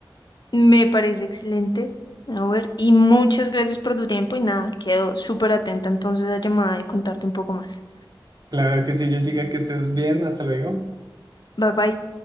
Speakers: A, on the left; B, on the right.
A: Me parece excelente. A ver, y muchas gracias por tu tiempo y nada, quedo súper atenta entonces a la llamada y contarte un poco más.
B: Claro que sí, Jessica, que estés bien, hasta luego.
A: Bye bye.